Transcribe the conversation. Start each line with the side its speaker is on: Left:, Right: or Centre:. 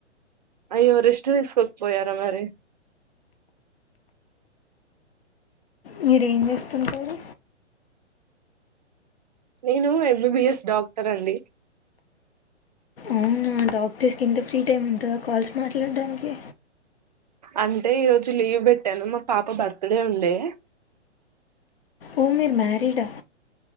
Right: అయ్యో రెస్ట్ తీసుకోకపోయారా మరి
Left: మీరేం జేస్తుంటారు
Right: నేను ఎంబీబిఎస్ డాక్టర్ అండి
Left: అవునా డాక్టర్స్ కింత ఫ్రీ టైమ్ ఉంటదా కాల్స్ మాట్లాడడానికి
Right: అంటే ఈరోజు లీవ్ పెట్టాను మా పాప బర్త్డే ఉండే
Left: ఓ మీర్ మ్యారీడా